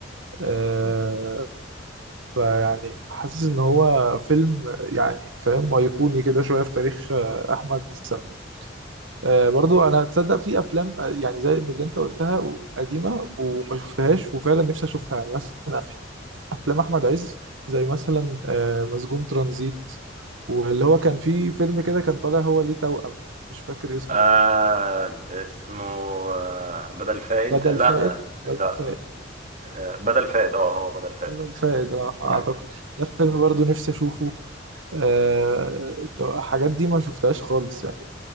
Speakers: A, on the right (about 80°); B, on the right (about 40°).
A: آه، فيعني حاسس ان هو فيلم يعني فاهم ايقوني كده شويه في تاريخ آه، احمد السقا آه، برضو انا تصدق في افلام آه، يعني زي اللي انت قلتها و- قديمه وما شفتهاش وفعلا نفسي اشوفها يعني مثلا في افلام احمد عز زي مثلا آه، مسجون ترانزيت واللي هو كان فيه فيلم كده كان طالع هو ليه توأم مش فاكر اسمه
B: آه اسمه آه بدل فائد
A: بدل
B: لا
A: فائد بدل
B: لا
A: فائد
B: آه بدل فائد اه هو بدل فائد
A: بدل فائد اه اعتقد
B: آه.
A: ده فيلم برضو نفسي اشوفه آه، الحاجات دي ما شفتهاش خالص يعني